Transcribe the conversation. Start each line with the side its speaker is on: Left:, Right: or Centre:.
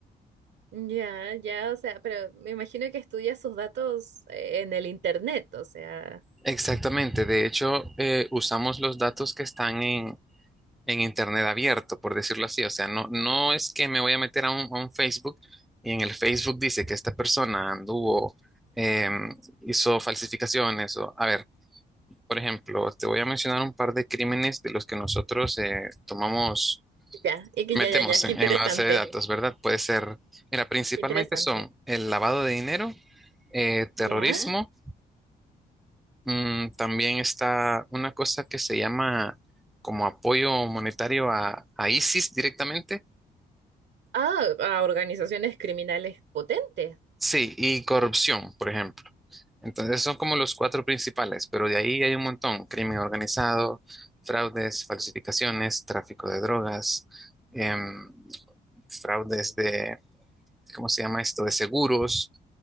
Right: Ya, ya, o sea, pero me imagino que estudia sus datos eh, en el internet, o sea,
Centre: Exactamente. De hecho, eh, usamos los datos que están en, en Internet abierto, por decirlo así. O sea, no, no es que me voy a meter a un, a un Facebook y en el Facebook dice que esta persona anduvo, em, hizo falsificaciones o, a ver. Por ejemplo, te voy a mencionar un par de crímenes de los que nosotros eh, tomamos,
Right: ya, y que
Centre: metemos
Right: ya, ya, ya,
Centre: en,
Right: qué interesante,
Centre: en la base de datos, ¿verdad? Puede ser, mira, principalmente
Right: qué interesante.
Centre: son el lavado de dinero, eh, terrorismo,
Right: ¿Ya?
Centre: mm, también está una cosa que se llama como apoyo monetario a, a ISIS directamente,
Right: Ah, a organizaciones criminales potentes.
Centre: Sí, y corrupción, por ejemplo. Entonces son como los cuatro principales, pero de ahí hay un montón. Crimen organizado, fraudes, falsificaciones, tráfico de drogas, em, fraudes de, ¿cómo se llama esto? De seguros,